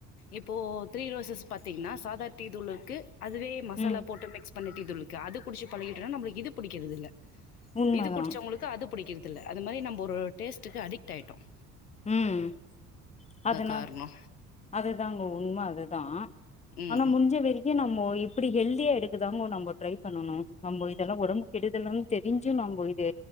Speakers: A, on the left; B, on the left.
A: இப்போ த்ரீ ரோஸஸ் பாத்திங்னா சாதா டீ தூளுக்கு அதுவே மசாலா
B: ம்
A: போட்டு மிக்ஸ் பண்ண டீ தூள் இருக்கு அது குடிச்சி பழகிட்டான நம்பளுக்கு இது பிடிக்கிறது இல்ல
B: உண்மதா
A: இது குடிச்சவங்களுக்கு அது புடிக்கிது இல்ல அது மாதிரி நம்ம ஒரு டேஸ்ட்டுக்கு அடிக்ட் ஆய்ட்டோம்
B: ம் அதனால
A: காரணோ
B: அது தாங்க உண்ம அது தான்
A: ம்
B: ஆனா முடிஞ்ச வரைக்கு நம் போய் இப்படி ஹெல்தியா எடுக்கதாங்க நம்ப டிரை பண்ணணு நாம்போ இதெல்லா ஒடம்புக்கு கெடுதல்னு தெரிஞ்சு நம்போ இது